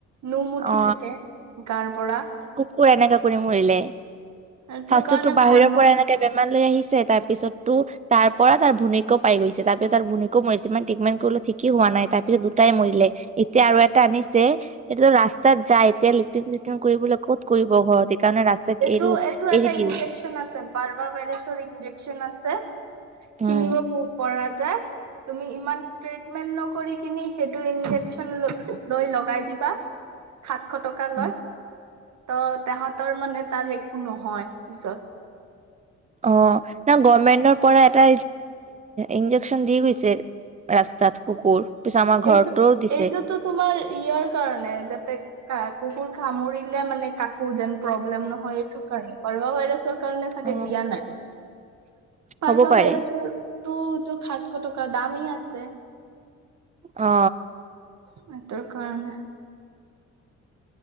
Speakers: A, on the right (about 65°); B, on the right (about 25°).
A: নোম উঠি
B: অ
A: থাকে গাৰ পৰা
B: কক এনে কাকুৰি মৰিলে
A: সেইটোৰ
B: ফাসুতো
A: কাৰণে
B: বাহিৰৰ
A: ভাল নহ
B: পৰা এনেকে বেমাৰ লৈ আহিছে তাৰপিছতো তাৰ পৰা তাৰ ভূনিকও পাই গৈছে তাৰপিছত তাৰ ভূনিকও মৰিছে ইমান ট্ৰিটমেণ্ট কৰিলে ঠিকেই হোৱা নাই তাৰপিছত দুটাই মৰিলে এতিয়া আৰু এটা আনিছে এতিয়া ৰাস্তাত যায় এতিয়া লেট্ৰিন চিট্ৰিন কৰিবলৈ ক'ত কৰিব ঘৰত সেইকাৰণে ৰাস্তাত
A: এইটো
B: এৰো
A: এইটো এটা
B: এৰি দিও
A: ইন্জেকশ্যন আছে বাৰভা ভাইৰাছৰ ইঞ্জেকচন ইনজেকশ্যন আছে
B: উম
A: কিনিব পৰা তুমি ইমান সেইটো ইন্জেকচন লৈ লৈ লগাই দিবা এশ টকা লয়
B: উম
A: ত তেহঁতৰ মানে তাৰ একো নহয় পিছত
B: অ ন গভমেটৰ পৰা এটা ইঞ্জেকচন দি গৈছে ৰাস্তাত কুকুৰ পিছত আমাৰ ঘৰতো
A: এইটো
B: দিছে
A: এইটোতো তোমাৰ ইয়াৰ কাৰণে যাতে কাক কুকুৰ সামুৰিলে মানে কাকো যেন প্ৰব্লেম নহয় এইটো কাৰণে পভা ভাইৰাছ চৰকাৰে চাগে
B: অ
A: দিয়া নাই
B: হ'ব
A: প্বা
B: পাৰে
A: ভাইৰাছৰ ইটো যোৰ সাতশ টকা দামি আছে
B: অ
A: সেইটো‌ কাৰণে